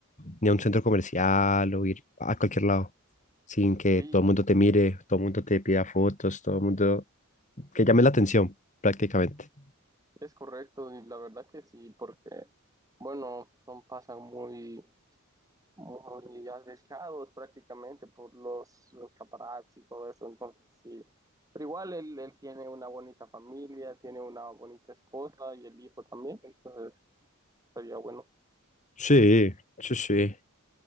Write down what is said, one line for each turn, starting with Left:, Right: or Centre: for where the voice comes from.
Left: ni a un centro comercial o ir a cualquier lado sin que
Right: Sí,
Left: todo el mundo te
Right: sí,
Left: mire, todo el mundo te pida fotos, todo el mundo que llame la atención prácticamente.
Right: es correcto y la verdad que sí, porque, bueno, son pasan muy, muy arriesgados prácticamente por los, los paparazzi y todo eso, entonces sí. Pero igual él, él tiene una bonita familia, tiene una bonita esposa y el hijo también, entonces sería bueno.
Left: Sí, sí, sí.